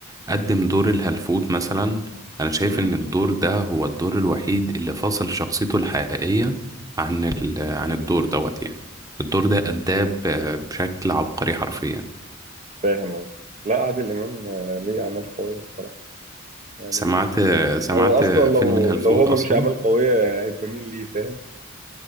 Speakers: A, on the right (about 15°); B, on the right (about 35°).
A: قدم دور الهلفوت مثلا انا شايف
B: مم.
A: ان الدور ده هو الدور الوحيد اللي فصل شخصيته الحقيقيه عن ال... عن الدور دوت يعني الدور ده اداه ب- بشكل عبقري حرفيا
B: فاهم قصدي لا عادل امام آه، ليه اعمال قويه الصراحه يعني
A: سمعت سمعت
B: هو اصلا لو
A: فيلم الهلفوت
B: لو هو ملوش
A: اصلا
B: اعمال قويه هيبقى مين ليه فاهم